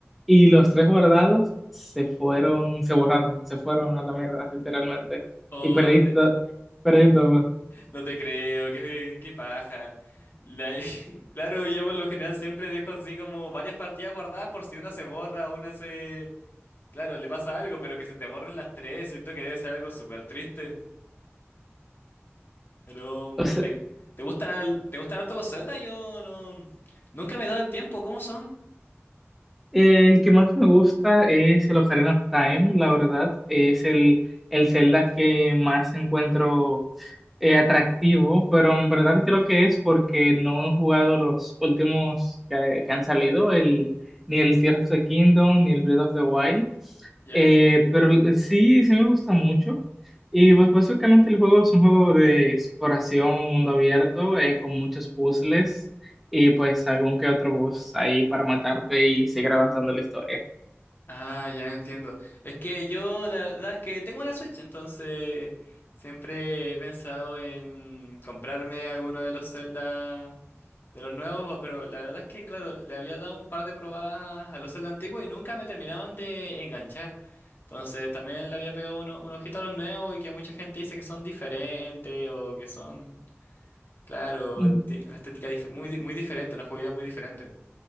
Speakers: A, in the centre; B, on the left (about 50°).
A: y los tres guardados se fueron, se borraron, se fueron a la mierda, literalmente,
B: Oh,
A: y perdí,
B: no te,
A: to- perdí
B: no,
A: todo.
B: no te creo, qué, qué paja. La- <laughs> claro, yo por lo general siempre dejo así como varias partidas guardadas por si una se borra o una se... Claro, le pasa algo, pero que se te borren las tres, siento que debe ser algo súper triste. Pero, mm,
A: O sea,
B: ¿te, te gustan, al- te gustan harto los Zelda? Yo no... Nunca me he dado el tiempo, ¿cómo son?
A: Eh, el que más me gusta es el Ocarina of Time, la verdad. Es el, el Zelda que más encuentro eh, atractivo, pero en verdad creo que es porque no he jugado los últimos que, que han salido, el, ni el Tears of the Kingdom, ni el Breath of the Wild.
B: ¿Ya?
A: Eh, pero sí, sí me gusta mucho. Y pues básicamente el juego es un juego de exploración, mundo abierto, eh, con muchos puzzles y pues algún que otro boss ahí para matarte y seguir avanzando la historia.
B: Ah, ya entiendo. Es que yo la verdad es que tengo una Switch, entonces siempre he pensado en comprarme alguno de los Zelda de los nuevos, pero la verdad es que claro, le había dado un par de probadas a los Zelda antiguos y nunca me terminaron de enganchar. Entonces también le había pegado uno, un ojito a los nuevos y que mucha gente dice que son diferentes o que son, claro,
A: Mm,
B: ti- una estética dif- muy, di- muy diferente, una jugabilidad muy diferente.